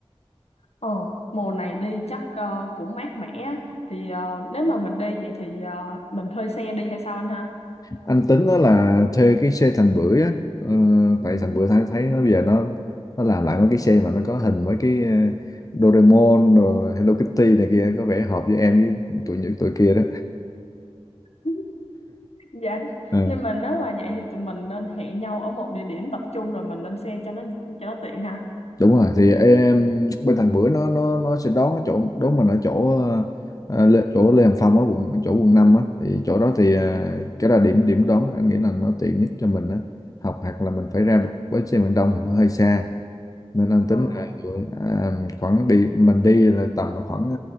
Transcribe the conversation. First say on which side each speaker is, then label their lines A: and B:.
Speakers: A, on the left; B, on the left.
A: ờ mùa này đi chắc ờ, cũng mát mẻ á. thì ờ, nếu mà mình đi vậy thì ờ, mình thuê xe đi hay sao anh ha
B: anh tính đó là thuê cái xe thành bưởi á ờ, tại thành bưởi thấy thấy nó bây giờ nó nó làm lại mấy cái xe mà nó có hình mấy cái ờ, Doraemon rồi Hello Kitty này kia có vẻ hợp với em với tụi những tụi kia đó
A: <laughs> dạ
B: Ờ.
A: nhưng mà nếu mà vậy thì tụi mình nên hẹn nhau ở một địa điểm tập trung rồi mình lên xe cho nó cho nó tiện ha
B: đúng rồi thì em bên thành bưởi nó nó nó sẽ đón cái chỗ đón mình ở chỗ ờ, Lê- chỗ Lê Hồng Phong á quận chỗ quận 5 á thì chỗ đó thì ờ, cái là điểm điểm đón anh nghĩ là nó tiện nhất cho mình á học hoặc là mình phải ra với xe miền Đông thì nó hơi xa nên anh tính
A: Rồi.
B: là à, khoảng đi mình đi là tầm khoảng